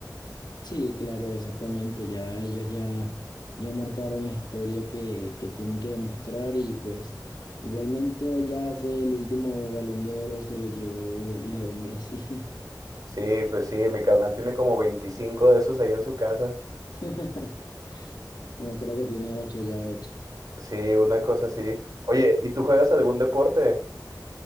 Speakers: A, on the left; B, on the right.
A: Sí, claro, exactamente. Ya ellos ya, ya marcaron la historia que, que tienen que demostrar y pues igualmente ya hace el último Balón de Oro se lo llevó Leo Messi.
B: Sí, pues sí, mi carnal tiene como 25 de esos ahí en su casa.
A: <laughs> Bueno, creo que tiene ocho ya ocho.
B: Sí, una cosa así. Oye, ¿y tú juegas algún deporte?